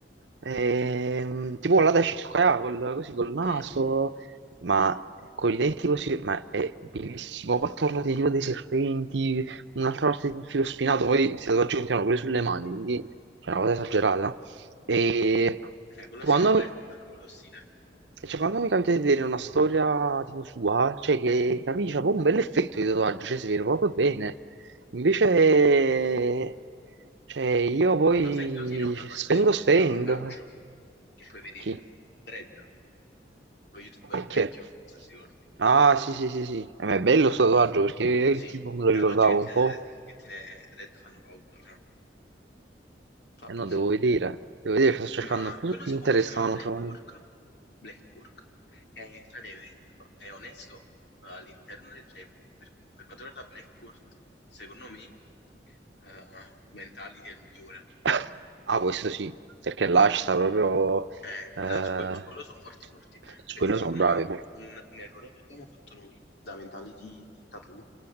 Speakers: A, on the right (about 80°); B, on the left (about 70°).
A: eh, ehm, tipo là da Circa, col- così col naso,
B: Mm.
A: ma con i denti così, ma è bellissimo, poi attorno di giro dei serpenti, un'altra parte di un filo spinato, poi si continuano pure sulle mani, quindi c'è una cosa esagerata. E
B: Eh, quello
A: quando,
B: si chiama Black Hulk, quello stile.
A: cioè, quando mi capita di vedere una storia tipo sua, cioè che capisci, c'ha proprio un bell'effetto di tatuaggio, cioè si vede proprio bene. Invece, cioè, io poi
B: Lo sai chi lo tiene un tatuaggio
A: spendo,
B: simile
A: spendo.
B: sull'avambraccio?
A: eh.
B: Che puoi vedere?
A: Chi?
B: Dread, lo youtuber
A: Perché?
B: vecchio, non so se ti ricordi.
A: Ah, sì, sì, sì, sì. Eh, ma è bello sto tatuaggio perché il
B: Sì,
A: tipo me
B: i
A: lo ricordavo
B: tatuaggi che tiene,
A: un po'.
B: che tiene Dread fanno paura, fra. Fa
A: Eh
B: abuso.
A: no, devo vedere. Devo vedere, sto cercando
B: Ma
A: un po'
B: quello
A: su Pinterest,
B: si- comunque si chiama
A: ma
B: Black
A: non trovo
B: Work.
A: niente.
B: Black Work. E, frate, è onesto, eh, all'interno, del- cioè, per, per quanto riguarda Black Work, secondo me, eh, Mentality è il migliore.
A: <coughs> Ah, questo sì, perché là ci sta proprio...
B: Eh,
A: eh,
B: là su quello, su quello sono forti forti,
A: su
B: perché
A: quello
B: secondo
A: sono bravi.
B: me un, un- un errore che abbiamo fatto noi da Mentality Tattoo